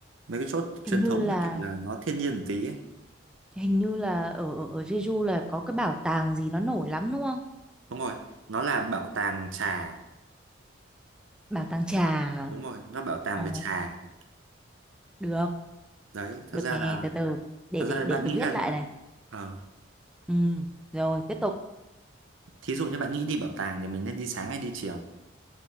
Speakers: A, on the right; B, in the centre.
A: Mấy cái chỗ truyền
B: hình như
A: thống
B: là
A: là kiểu là nó thiên nhiên một tí ấy.
B: hình như là ở ở, ở Jeju là có cái bảo tàng gì nó nổi lắm đúng không
A: Đúng rồi. Nó là bảo tàng trà.
B: bảo tàng trà hả?
A: Đúng rồi, nó bảo tàng
B: ồ
A: về trà.
B: được
A: Đấy, thật
B: được
A: ra
B: nghe
A: là
B: từ từ để
A: thật
B: để
A: ra là
B: để
A: bạn
B: tôi
A: nghĩ
B: viết
A: là
B: lại này
A: ờ,
B: ừ rồi tiếp tục
A: thí dụ như bạn nghĩ đi bảo tàng thì mình nên đi sáng hay đi chiều?